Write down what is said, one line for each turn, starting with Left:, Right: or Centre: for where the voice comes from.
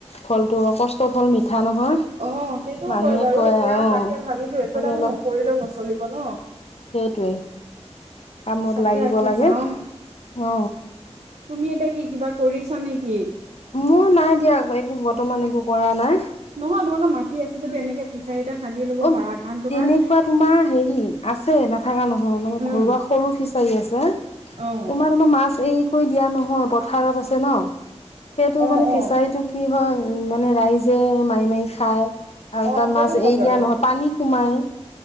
Left: ফলটো কষ্ট ফল মিঠা নহয়
Right: অ সেইটো
Left: মানুহে
Right: হয় বাৰু
Left: কয়
Right: এতিয়া
Left: অ
Right: তাকে ভাবিছো একো
Left: খালি
Right: এটো নকৰিলেও নচলিব ন।
Left: সেইটোৱেই কামত
Right: তাকে
Left: লাগিব
Right: আজি
Left: লাগে
Right: যাও
Left: অ
Right: তুমি এতিয়া কি কিবা কৰিছা নেকি?
Left: মোৰ নাই দিয়া একো বৰ্তমান একো কৰা নাই।
Right: নহয় তোমালোকৰ মাতি আছে যদি এনেকে ফিচাৰি এটা খান্দি লব
Left: অ
Right: পাৰা কাৰণ তোমাৰ
Left: তেনেকুৱা তোমাৰ হেৰি আছে নাথাকা নহয় মানে
Right: উম
Left: ঘৰুৱা সৰু ফিচ চাৰি আছে তোমাৰ
Right: অ
Left: তোমাৰ মাছ এৰি কৰি দিয়া নহয় পথাৰত আছে ন। সেইটো
Right: অ
Left: মানে
Right: অ
Left: ফিচাৰীটো কি হয় উ মানে ৰাইজে মাৰি মাৰি খায় আৰু
Right: অ
Left: তাত
Right: সেইটো
Left: মাছ এৰি
Right: হয় বাৰু
Left: দিয়া নহয় পানী সোমাই